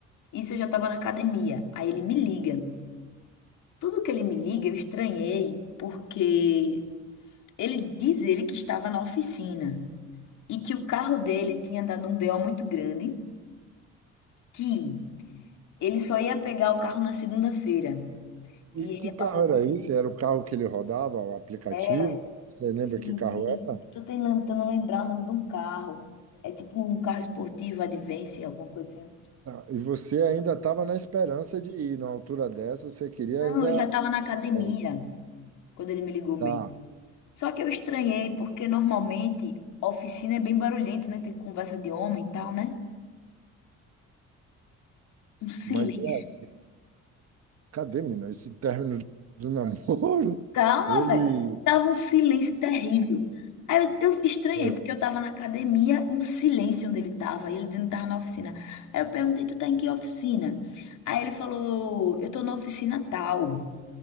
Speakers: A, on the left (about 75°); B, on the right (about 55°).
A: Isso eu já tava na academia. Aí ele me liga. Tudo que ele me liga, eu estranhei, porque ele diz ele que estava na oficina e que o carro dele tinha dado um BO muito grande, que Ele só ia pegar o carro na segunda-feira.
B: E
A: E ele
B: que
A: ia
B: carro
A: passar aqui.
B: era esse? Era o carro que ele rodava, o aplicativo?
A: É,
B: Você lembra
A: sim,
B: que carro
A: sim.
B: era?
A: Tô tentando lembrar o nome de um carro. É tipo um carro esportivo, Advance, alguma coisa assim.
B: Ah, e você ainda estava na esperança de ir, numa altura dessa, você queria
A: Não,
B: ainda.
A: eu já tava na academia
B: ah,
A: quando ele me ligou
B: Tá,
A: mesmo. Só que eu estranhei, porque normalmente a oficina é bem barulhento, né? Tem conversa de homem e tal, né? Um silêncio.
B: mas é, cadê, menina? Esse término do namoro, <laughs>
A: Calma,
B: ele
A: velho. Tava um silêncio terrível. Aí eu, eu estranhei,
B: é,
A: porque eu tava na academia e um silêncio onde ele tava. E ele dizendo que tava na oficina. Aí eu perguntei, tu tá em que oficina? Aí ele falou, eu tô na oficina tal.